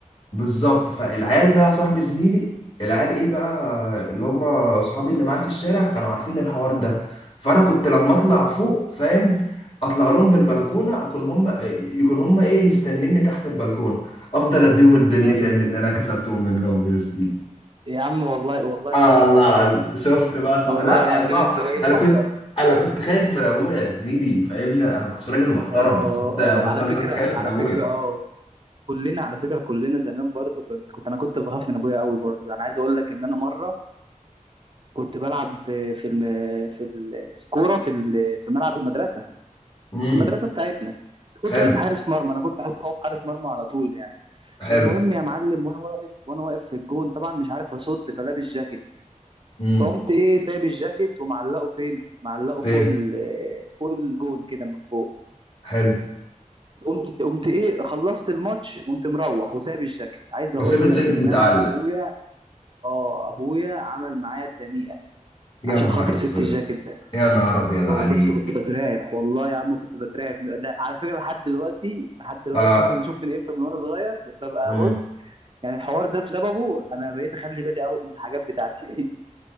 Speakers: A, on the left; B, on the right.
A: بالظبط فالعيال بقى صاحب زميلي العيال ايه بقى اللي هم اصحابي اللي معايا في الشارع كانوا عارفين الحوار ده فانا كنت لما اطلع فوق فاهم اطلع لهم بالبلكونه اكون هم يكون هم ايه مستنيني تحت البلكونه افضل اديهم البلي
B: ايوه
A: تاني اللي انا كسبتهم منهم يا زميلي
B: يا عم والله والله انت
A: آه
B: راجل
A: الله
B: محترم
A: العظيم شفت بقى صعب
B: والله
A: لا
B: العظيم
A: يا صعب
B: انت راجل
A: انا
B: محترم
A: كنت انا كنت خايف من ابويا يا زميلي فاهمني انا ما كنتش راجل محترم
B: اه
A: بس كنت
B: اه
A: بس
B: على
A: انا
B: فكره
A: كنت خايف
B: على
A: من ابويا
B: فكره اه كلنا على فكره كلنا زمان برضو كنت كنت انا كنت بخاف من ابويا قوي برضو انا عايز اقول لك ان انا مره كنت بلعب في الم... في ال... في كوره في ال... في ملعب المدرسه
A: امم
B: في المدرسه بتاعتنا بس كنت
A: حلو
B: واقف حارس مرمى انا كنت احب اقف حارس مرمى على طول يعني
A: حلو
B: فالمهم يا معلم وانا واقف وانا واقف في الجون طبعا مش عارف اصد فلابس جاكيت
A: امم
B: فقمت ايه سايب الجاكيت ومعلقه فين معلقه
A: فين
B: فوق ال- فوق الجون كده من فوق
A: حلو
B: قمت قمت ايه خلصت الماتش قمت مروح وسايب الجاكيت عايز اقول
A: وسابت
B: لك
A: جاكيت
B: ان
A: متعلق
B: انا ابويا اه ابويا عمل معايا الدنيئه
A: يا
B: عشان
A: نهار
B: خاطر
A: اسود
B: سبت الجاكيت ده
A: يا نهار ابيض عليك
B: بص كنت بترعب والله يا عم كنت بترعب لا، على فكره لحد دلوقتي لحد دلوقتي
A: آه.
B: شوف شوف من امتى من وانا صغير ببقى
A: مم.
B: بص يعني الحوار ده بسببه انا بقيت اخلي بالي قوي من الحاجات بتاعتي <laughs>